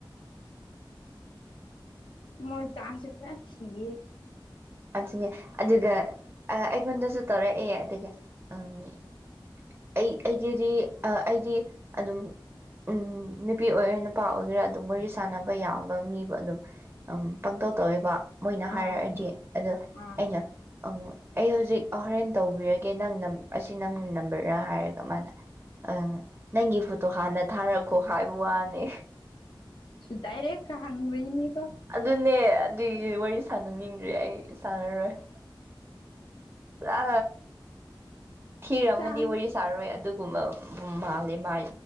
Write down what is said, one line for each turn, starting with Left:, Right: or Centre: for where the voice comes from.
Left: ꯃ ꯆꯥꯁꯤ ꯄꯨꯔꯥ ꯊꯌꯦ
Right: ꯑꯗꯨꯅꯦ ꯑꯗꯨꯒ ꯑꯩꯉꯣꯟꯗꯁꯨ ꯇꯧꯔꯛꯑꯦ ꯑꯗꯨꯒ ꯎꯝ ꯑꯩ ꯑꯩꯒꯤꯗꯤ ꯑꯩꯗꯤ ꯑꯗꯨꯝ ꯎꯝ ꯅꯨꯄꯤ ꯑꯣꯏꯒꯦꯔꯥ ꯅꯨꯄꯥ ꯑꯣꯏꯒꯦꯔꯥ ꯑꯗꯨꯝ ꯋꯥꯔꯤ ꯁꯥꯟꯅꯕ ꯌꯥꯕ ꯃꯤꯕꯨ ꯑꯗꯨꯝ ꯎꯝ ꯄꯥꯡꯇꯧ ꯇꯧ ꯇꯧꯋꯦꯕ ꯃꯣꯏꯅ
Left: ꯑꯥ
Right: ꯍꯥꯏꯔꯛꯑꯗꯤ ꯑꯗꯣ
Left: ꯑꯥ
Right: ꯑꯩꯅ ꯑ ꯑꯩ ꯍꯧꯖꯤꯛ ꯍꯣꯔꯦꯟ ꯇꯧꯕꯤꯔꯒꯦ ꯅꯪ ꯑꯁꯤ ꯅꯪ ꯅꯝꯕꯔꯗ ꯍꯥꯏꯔꯒ ꯃꯥꯅ ꯑꯪ ꯅꯪꯒꯤ ꯐꯣꯇꯣ ꯍꯥꯟꯅ ꯊꯥꯔꯛꯈꯣ ꯍꯥꯏꯕ ꯋꯥꯅꯦ
Left: ꯗꯗꯥꯏꯔꯦꯛ ꯀꯥ ꯍꯪꯕꯤꯅꯤ ꯀꯣ
Right: ꯑꯗꯨꯅꯦ ꯑꯗꯨꯒꯤ ꯋꯥꯔꯤ ꯁꯥꯟꯅꯅꯤꯡꯗ꯭ꯔꯦ ꯑꯩ ꯁꯥꯟꯅꯔꯣꯏ ꯑ ꯊꯤꯔꯝ
Left: ꯆꯥꯡ
Right: ꯃꯥꯗꯤ ꯋꯥꯔꯤ ꯁꯥꯔꯣꯏ ꯑꯗꯨꯒꯨꯝꯕ ꯃꯥꯜꯂꯦ ꯃꯥ